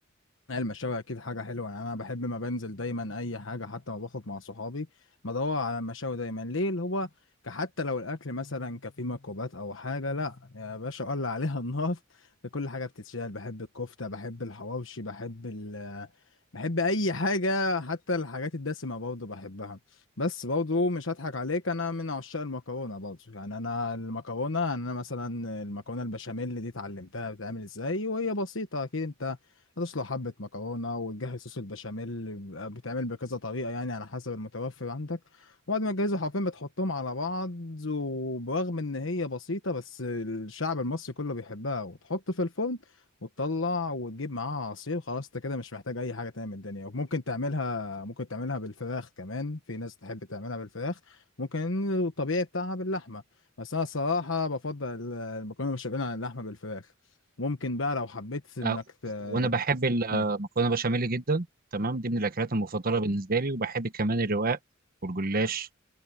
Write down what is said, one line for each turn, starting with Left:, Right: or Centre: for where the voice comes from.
Left: المشاوي اكيد حاجه حلوه يعني انا بحب ما بنزل دايما اي حاجه حتى ما باخد مع صحابي بدور على المشاوي دايما ليه اللي هو ك- حتى لو الاكل مثلا كفيه ميكروبات او حاجه لا يا باشا اولع عليها النار <laughs> كل حاجه بتتشال بحب الكفته بحب الحواوشي بحب ال <hesitation> بحب اي حاجه حتى الحاجات الدسمه برضه بحبها بس برضه مش هضحك عليك انا من عشاق المكرونه برضه يعني انا المكرونه يعني انا مثلا المكرونه البشاميل دي اتعلمتها بتتعمل ازاي وهي بسيطه اكيد انت هتسلق حبة مكرونة وتجهز صوص البشاميل بيبقى بيتعمل بكذا طريقة يعني على حسب المتوفر عندك وبعد ما تجهزه حرفيا بتحطهم على بعض وبرغم إن هي بسيطة بس الشعب المصري كله بيحبها وتحط في الفرن وتطلع وتجيب معاها عصير خلاص انت كده مش محتاج اي حاجه تانية من الدنيا وممكن تعملها ممكن تعملها بالفراخ كمان في ناس تحب تعملها بالفراخ ممكن الطبيعي بتاعها باللحمه بس انا الصراحه بفضل المكرونه بالبشاميل عن اللحمه بالفراخ ممكن بقى لو حبيت انك
Right: آه،
Left: ت-
Right: وانا بحب المكرونه
Left: مم.
Right: بشاميل جدا تمام دي من الاكلات المفضله بالنسبه لي وبحب كمان الرواق والجلاش